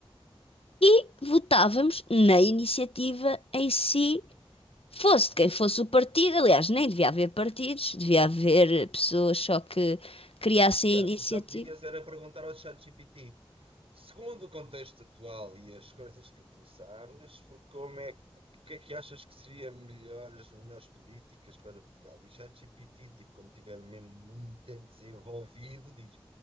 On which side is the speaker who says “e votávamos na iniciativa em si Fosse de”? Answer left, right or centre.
Left